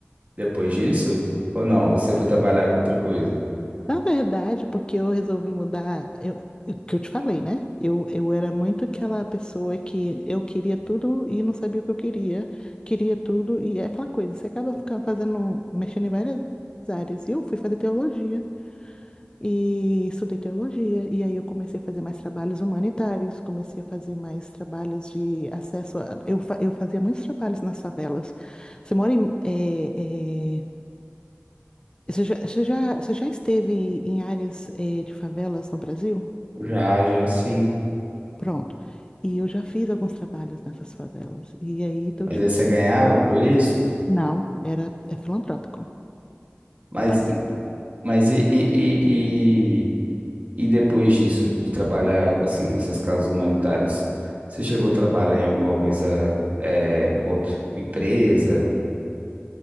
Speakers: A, on the right; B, on the left.
A: depois disso? Ou não? Você foi trabalhar com outra coisa?
B: Na verdade, porque eu resolvi mudar, eu, o que eu te falei, né? Eu, eu era muito aquela pessoa que eu queria tudo e não sabia o que eu queria, queria tudo e é aquela coisa, você acaba ficando fazendo, mexendo em várias áreas. E eu fui fazer teologia. E estudei teologia, e aí eu comecei a fazer mais trabalhos humanitários, comecei a fazer mais trabalhos de acesso a... Eu, fa- eu fazia muitos trabalhos nas favelas. Você mora em... eh, eh, Você já, você já, você já esteve em áreas, eh, de favelas no Brasil?
A: Já, já sim.
B: Pronto. E eu já fiz alguns trabalhos nessas favelas. E aí, então,
A: Mas
B: tipo
A: aí você
B: assim...
A: ganhava por isso?
B: Não, era, é filantrópico.
A: Mas,
B: Eu passei.
A: mas e, e, e, E depois disso, de trabalhar assim nessas causas humanitárias, você chegou a trabalhar em alguma coisa, eh, outra empresa?